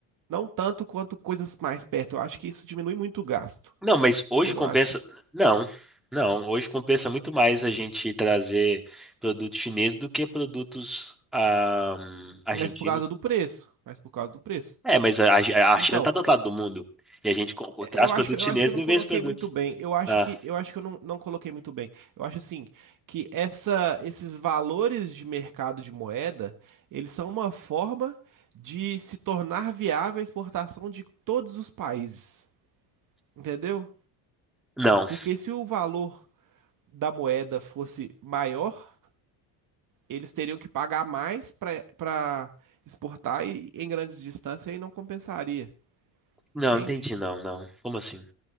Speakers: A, on the right; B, in the centre.
A: Não tanto quanto coisas mais perto. Eu acho que isso diminui muito o gasto.
B: Não, mas hoje
A: Você não
B: compensa.
A: acha?
B: Não, não. Hoje compensa muito mais a gente trazer produtos chineses do que produtos ah, argentinos.
A: Mas por causa do preço. Mas por causa do preço.
B: É, mas a, a-
A: Então,
B: a China tá do outro lado do mundo. E a gente co- co-
A: é-
B: traz
A: eu
B: produtos
A: acho que eu
B: chineses
A: acho que eu não
B: e
A: coloquei
B: vê esse produto.
A: muito bem. Eu acho
B: Ah,
A: que eu acho que eu não, não coloquei muito bem. Eu acho assim que essa esses valores de mercado de moeda, eles são uma forma de se tornar viável a exportação de todos os países, entendeu?
B: não.
A: Porque se o valor da moeda fosse maior, eles teriam que pagar mais para para exportar e, em grandes distâncias e não compensaria,
B: Não,
A: entende?
B: não entendi, não, não. Como assim?